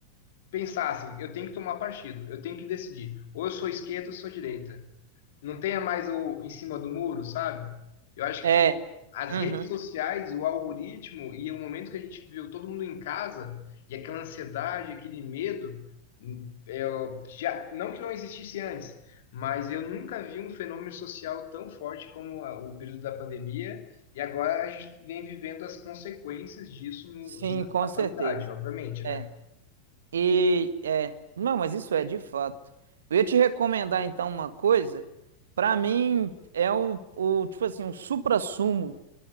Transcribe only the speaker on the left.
pensassem, eu tenho que tomar partido, eu tenho que decidir, ou eu sou esquerda ou eu sou direita não tenha mais o em cima do muro, sabe? Eu acho
que as
redes sociais, o algoritmo e o momento que a gente viveu, todo mundo em casa e aquela ansiedade, aquele medo, hum, é, já, não que não existisse antes, mas eu nunca vi um fenômeno social tão forte como a- o período da pandemia e agora a gente vem vivendo as consequências disso no-
na
atualidade,
obviamente, né?